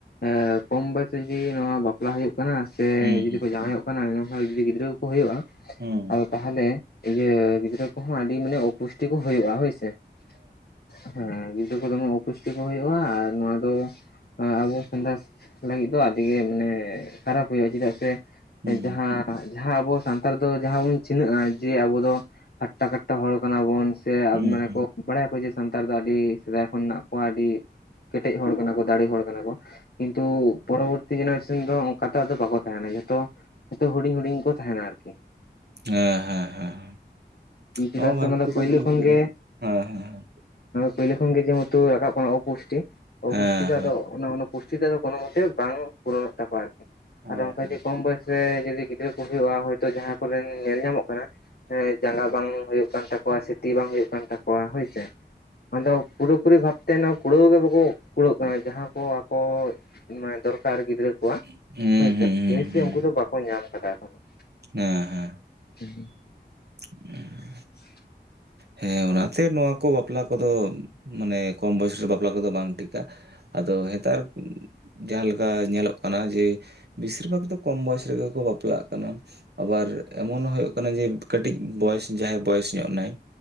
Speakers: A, on the left (about 60°); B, on the right (about 65°).
A: ᱮ ᱠᱚᱢ ᱵᱮᱥ ᱡᱩᱫᱤ ᱱᱚᱣᱟ ᱵᱟᱯᱞᱟ ᱦᱩᱭᱩᱜ ᱠᱟᱱᱟ ᱥᱮ
B: ᱦᱩᱸ
A: ᱡᱩᱫᱤ
B: ᱦᱩᱸ
A: ᱠᱚ ᱡᱟᱶᱟᱭ ᱦᱩᱭᱩᱜ ᱠᱟᱱᱟᱝᱠᱷᱟᱱ ᱡᱩᱫᱤ ᱜᱤᱫᱽᱨᱟᱹ ᱠᱚ ᱦᱩᱭᱩᱜᱼᱟ ᱾
B: ᱦᱩᱸ
A: ᱟᱫᱚ ᱛᱟᱦᱚᱞᱮ ᱤᱭᱟᱹ ᱜᱤᱫᱽᱨᱟᱹ ᱠᱚᱦᱚᱸ ᱟᱹᱰᱤ ᱢᱟᱱᱮ ᱚᱯᱩᱥᱴᱤ ᱠᱚ ᱦᱩᱭᱩᱜ-ᱟ ᱦᱳᱭᱥᱮ ᱾ ᱦᱮᱸ ᱜᱤᱫᱽᱨᱟᱹ ᱠᱚ ᱫᱚᱢᱮ ᱚᱯᱩᱥᱴᱤ ᱠᱚ ᱦᱩᱭᱩᱜ-ᱟ ᱟᱨ ᱱᱚᱣᱟ ᱫᱚ ᱟᱵᱚ ᱥᱟᱸᱫᱟᱥ ᱞᱟᱹᱜᱤᱫ ᱫᱚ ᱟᱹᱰᱤ ᱜᱮ ᱢᱟᱱᱮ ᱠᱷᱟᱨᱟᱯ ᱦᱩᱭᱩᱜ-ᱟ ᱪᱮᱫᱟᱜ ᱥᱮ
B: ᱦᱩᱸ
A: ᱡᱟᱦᱟᱸ ᱡᱟᱦᱟᱸ ᱟᱵᱚ ᱥᱟᱱᱛᱟᱲ ᱫᱚ ᱡᱟᱦᱟᱸ ᱵᱚᱱ ᱪᱤᱱᱦᱹᱟᱹᱜ-ᱟ ᱡᱮ ᱟᱵᱚ ᱫᱚ ᱟᱴᱴᱟ ᱠᱟᱴᱴᱟ ᱦᱚᱲ ᱠᱟᱱᱟ ᱵᱚᱱ ᱾ ᱥᱮ
B: ᱦᱩᱸ
A: ᱢᱟᱱᱮ
B: ᱦᱩᱸ
A: ᱠᱚ ᱵᱟᱲᱟᱭᱟᱠᱚ ᱡᱮ ᱥᱟᱱᱛᱟᱲ ᱫᱚ ᱟᱹᱰᱤ ᱥᱮᱫᱟᱭ ᱠᱷᱚᱱ ᱦᱱᱟᱜ ᱠᱚᱣᱟ ᱟᱹᱰᱤ ᱠᱮᱴᱮᱡ ᱦᱚᱲ ᱠᱟᱱᱟ ᱠᱚ ᱫᱟᱲᱮ ᱦᱚᱲ ᱠᱟᱱᱟ ᱠᱚ ᱠᱤᱱᱛᱩ ᱯᱚᱨᱚᱵᱚᱨᱛᱤ ᱡᱮᱱᱟᱨᱮᱥᱚᱱ ᱫᱚ ᱚᱱᱠᱟ ᱛᱚ ᱵᱟᱠᱚ ᱛᱟᱦᱮᱱᱟ ᱡᱷᱚᱛᱚ ᱡᱚᱛᱚ ᱦᱩᱰᱤᱧ ᱦᱩᱰᱤᱧ ᱠᱚ ᱛᱟᱦᱮᱱᱟ ᱟᱨᱠᱤ ᱾
B: ᱦᱮᱸ ᱦᱮᱸ ᱦᱮᱸ
A: ᱪᱮᱫᱟᱜ
B: ᱱᱚᱣᱟ ᱵᱷᱟᱜᱤ
A: ᱥᱮ ᱚᱱᱟᱫᱚ
B: ᱠᱟᱛᱷᱟ
A: ᱯᱳᱭᱞᱳ
B: ᱵᱮᱱ
A: ᱠᱷᱚᱱ
B: ᱞᱟᱹᱭ ᱠᱮᱫᱟ
A: ᱜᱮ
B: ᱦᱮᱸ
A: ᱯᱳᱭᱞᱳ ᱠᱷᱚᱱ ᱜᱮ ᱡᱮᱦᱮᱛᱩ ᱨᱟᱠᱟᱵ ᱠᱟᱱᱟ ᱚᱯᱩᱥᱴᱤ ᱚᱯᱩᱥᱴᱤ
B: ᱦᱮᱸ
A: ᱫᱚ ᱟᱫᱚ ᱯᱩᱥᱴᱤ ᱫᱚ ᱠᱳᱱᱳ ᱢᱚᱛᱮ ᱵᱟᱝ ᱯᱩᱨᱚᱱᱚᱜ ᱛᱟᱠᱚᱣᱟ ᱟᱨᱠᱤ
B: ᱦᱮᱸ
A: ᱟᱨ ᱚᱱᱠᱟ ᱠᱚᱢ ᱵᱚᱭᱚᱥ ᱥᱮ ᱡᱩᱫᱤ ᱜᱤᱫᱽᱨᱟᱹ ᱠᱚ ᱦᱩᱭᱩᱜ-ᱟ ᱦᱚᱭᱛᱚ ᱡᱟᱦᱟᱸ ᱠᱚᱨᱮᱱ ᱧᱮᱞ ᱧᱟᱢᱚᱜ ᱠᱟᱱᱟ ᱾ ᱦᱮᱸ ᱡᱟᱸᱜᱟ ᱵᱟᱝ ᱦᱩᱭᱩᱜ ᱠᱟᱱ ᱛᱟᱠᱚᱣᱟ ᱥᱮ ᱛᱤ ᱵᱟᱝ ᱦᱩᱭᱩᱜ ᱠᱟᱱ ᱛᱟᱠᱚᱣᱟ ᱦᱳᱭᱥᱮ ᱟᱫᱚ ᱯᱩᱨᱟᱹᱯᱩᱨᱩᱨᱤ ᱵᱷᱟᱵ ᱛᱮᱱ ᱠᱩᱲᱟᱹᱣ ᱜᱮ ᱵᱟᱠᱚ ᱠᱩᱲᱟᱹᱜ ᱠᱟᱱᱟ ᱡᱟᱦᱟᱸ ᱠᱚ ᱟᱠᱚ ᱫᱚᱨᱠᱟᱨ ᱜᱤᱫᱽᱨᱟᱹ ᱠᱚ ᱠᱳᱣᱟ
B: ᱦᱩᱸ
A: ᱦᱚᱥᱮ
B: ᱦᱩᱸ ᱦᱩᱸ
A: ᱡᱤᱱᱤᱥ
B: ᱦᱩᱸ
A: ᱜᱮ ᱩᱱᱠᱩ ᱫᱚ ᱵᱟᱠᱚ ᱧᱟᱢ ᱟᱠᱟᱫᱟ ᱾
B: ᱦᱮᱸ ᱦᱮᱸ ᱾
A: <inaudible>
B: <inaudible>
A: <unintelligible>
B: ᱦᱮᱸ ᱚᱱᱟᱛᱮ ᱱᱚᱣᱟ ᱠᱚ ᱵᱟᱯᱞᱟ ᱠᱚᱫᱚ ᱢᱟᱱᱮ ᱠᱚᱢ ᱵᱚᱭᱚᱥᱨᱮ ᱵᱟᱯᱞᱟ ᱠᱚᱫᱚ ᱵᱟᱝ ᱴᱷᱤᱠᱟ ᱾ ᱟᱫᱚ ᱱᱮᱛᱟᱨ ᱾ ᱡᱟᱦᱟᱸ ᱞᱮᱠᱟ ᱧᱮᱞᱚᱜ ᱠᱟᱱᱟ ᱡᱮ ᱵᱮᱥᱤᱨ ᱵᱷᱟᱜᱽ ᱫᱚ ᱠᱚᱢ ᱵᱚᱭᱚᱥ ᱨᱮᱜᱮ ᱠᱚ ᱵᱟᱯᱞᱟᱜ ᱠᱟᱱᱟ ᱾ ᱟᱵᱟᱨ ᱮᱢᱚᱱ ᱦᱚᱸ ᱦᱩᱭᱩᱜ ᱠᱟᱱᱟ ᱡᱮ ᱠᱟᱹᱴᱤᱡ ᱵᱚᱭᱚᱥ ᱡᱟᱦᱟᱸᱭ ᱵᱚᱭᱚᱥ ᱧᱚᱜ ᱱᱟᱭ